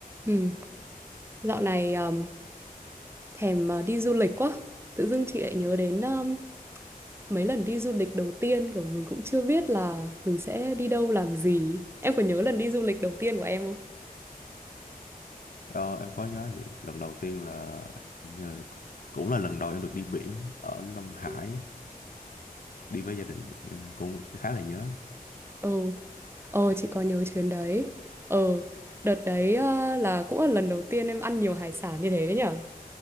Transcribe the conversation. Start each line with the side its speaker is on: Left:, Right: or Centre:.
Right: Ừ, dạo này um, thèm uh, đi du lịch quá. Tự dưng chị lại nhớ đến um, mấy lần đi du lịch đầu tiên kiểu mình cũng chưa biết là mình sẽ đi đâu làm gì. Em có nhớ lần đi du lịch đầu tiên của em không?
Left: Ờ, em có nhớ vậy. Lần đầu tiên là hình như là cũng là lần đầu em được đi biển ở Long Hải
Right: Ừ,
Left: đi với gia đình em cũng khá là nhớ.
Right: ừ Ờ, chị có nhớ chuyến đấy. Ờ, đợt đấy uh, là cũng là lần đầu tiên em ăn nhiều hải sản như thế đấy nhở?